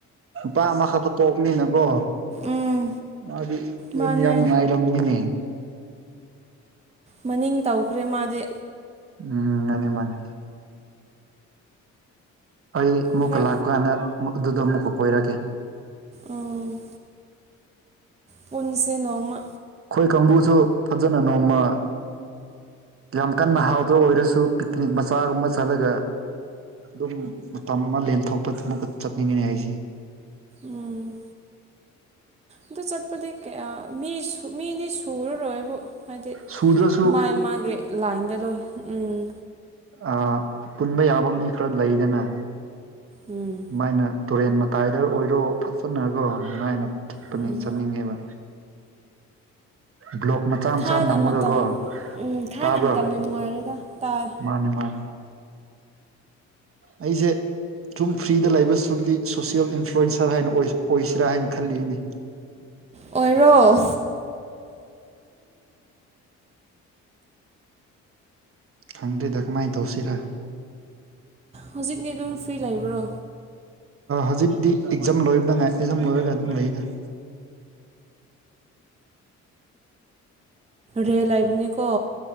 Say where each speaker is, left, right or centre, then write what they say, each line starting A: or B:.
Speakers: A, on the right; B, on the right.
A: ꯅꯨꯄꯥ ꯑꯃꯈꯛꯇ ꯄꯣꯛꯄꯅꯤꯅꯀꯣ
B: ꯎꯝ
A: ꯃꯥꯗꯤ
B: ꯃꯥꯅꯦ
A: ꯌꯥꯝ ꯅꯨꯡꯉꯥꯏ <unintelligible> ꯅꯤꯅꯦ
B: ꯃꯅꯤꯡ ꯇꯧꯈ꯭ꯔꯦ ꯃꯥꯗꯤ
A: ꯎꯝ ꯃꯥꯅꯤ ꯃꯥꯅꯤ ꯑꯩ ꯑꯃꯨꯛꯀ
B: ꯈꯔ
A: ꯂꯥꯛꯄ ꯀꯥꯟꯗ ꯑꯃꯨꯛ ꯑꯗꯨꯗ ꯑꯃꯨꯛꯀ ꯀꯣꯏꯔꯛꯒꯦ
B: ꯎꯝ ꯄꯨꯟꯁꯦ ꯅꯣꯡꯃ
A: ꯑꯩꯈꯣꯏ ꯀꯥꯡꯕꯨꯁꯨ ꯐꯖꯅ ꯅꯣꯡꯃ ꯌꯥꯝ ꯀꯟꯅ ꯍꯥꯎꯗꯕ ꯑꯣꯏꯔꯁꯨ ꯄꯤꯛꯅꯤꯛ ꯃꯆꯥꯒꯨꯝꯕ ꯆꯠꯂꯒ ꯑꯗꯨꯝ ꯃꯇꯝ ꯑꯃ ꯂꯦꯟꯊꯣꯛꯄꯗꯤ ꯑꯃꯨꯛꯀ ꯆꯠꯅꯤꯡꯉꯤꯅꯦ ꯑꯩꯁꯦ
B: ꯎꯝ ꯑꯗꯣ ꯆꯠ ꯄꯗꯤ ꯀꯌꯥ ꯃꯤꯁꯨ ꯃꯤꯗꯤ ꯁꯨꯔꯔꯣꯏꯕꯣ ꯍꯥꯏꯗꯤ
A: ꯁꯨꯗ꯭ꯔꯁꯨ
B: ꯃꯥꯏ ꯃꯥꯏꯒꯤ ꯂꯥꯏꯟꯗ ꯂꯣꯏ ꯎꯝ
A: ꯑ ꯄꯨꯟꯕ ꯌꯥꯕ ꯃꯤ ꯈꯔ ꯂꯩꯗꯅ
B: ꯎꯝ
A: ꯃꯥꯏꯅ ꯇꯨꯔꯦꯟ ꯃꯇꯥꯏꯗ ꯑꯣꯏꯔꯣ ꯐꯠꯖꯅꯀꯣ ꯑꯗꯨꯃꯥꯏꯅ ꯄꯅꯤ
B: ꯎꯝ
A: ꯆꯠꯅꯤꯡꯉꯦꯕ ꯕ꯭ꯂꯣꯛ ꯃꯆꯥ ꯃꯆꯥ
B: ꯊꯥꯏꯅ
A: ꯅꯝꯃꯒꯀꯣ
B: ꯃꯇꯝ ꯎꯝ ꯊꯥꯏꯅ
A: ꯇꯥꯕ꯭ꯔꯣ
B: ꯃꯇꯝꯅ ꯅꯨꯡꯉꯥꯏꯔꯦꯗ ꯇꯥꯏ
A: ꯃꯥꯅꯤ ꯃꯥꯅꯤ ꯃꯥꯅꯤ ꯑꯩꯁꯦ ꯁꯨꯝ ꯐ꯭ꯔꯤꯗ ꯂꯩꯕ <unintelligible> ꯁꯣꯁꯤꯌꯦꯜ ꯏꯟꯐ꯭ꯂꯨꯌꯦꯟꯁꯔ ꯍꯥꯏꯅ ꯑꯣꯏꯖ ꯑꯣꯏꯁꯤꯔꯥ ꯍꯥꯏꯅ ꯈꯜꯂꯤꯌꯦꯅꯦ
B: ꯑꯣꯏꯔꯣ <unintelligible>
A: ꯈꯪꯗ꯭ꯦꯗ ꯀꯃꯥꯏꯅ ꯇꯧꯁꯤꯔꯥ
B: ꯍꯧꯖꯤꯛꯅꯤ ꯑꯗꯨꯝ ꯐ꯭ꯔꯤ ꯂꯩꯕ꯭ꯔꯣ
A: ꯍꯧꯖꯤꯛꯇꯤ ꯑꯦꯛꯖꯥꯝ ꯂꯣꯏꯕꯅꯉꯥꯏ ꯑꯦꯛꯖꯥꯝ ꯂꯣꯏꯔꯒ ꯑꯗꯨꯝ ꯂꯩꯗ
B: ꯔꯦꯜꯥꯏꯅꯤ ꯀꯣ